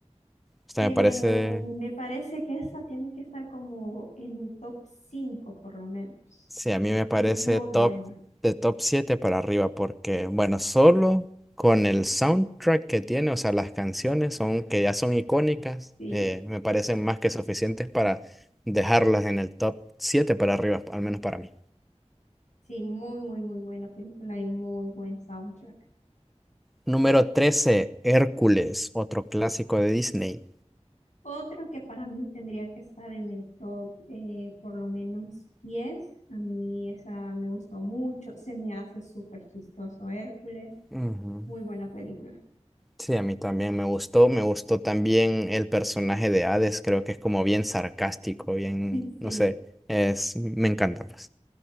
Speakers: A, in the centre; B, on the left.
A: Esta
B: Eh,
A: me parece,
B: me parece que esa tiene que estar como en el top 5 por lo menos,
A: sí, a mí
B: porque
A: me parece
B: es muy
A: top
B: buena.
A: de top 7 para arriba, porque, bueno, solo con el soundtrack que tiene, o sea, las canciones son, que ya son icónicas,
B: Sí,
A: eh, me parecen más que suficientes para dejarlas en el top 7 para arriba, al menos para mí.
B: sí, muy, muy, muy buena película y muy buen soundtrack.
A: Número trece Hércules, otro clásico de Disney.
B: Otro que para mí tendría que estar en el top eh, por lo menos diez a mí esa me gustó mucho, se me hace súper chistoso Hércules.
A: Ujú.
B: Muy buena película.
A: Sí, a mí también me gustó, me gustó también el personaje de Hades, creo que es como bien sarcástico, bien,
B: <laughs> Sí.
A: no sé, es, me encanta pues.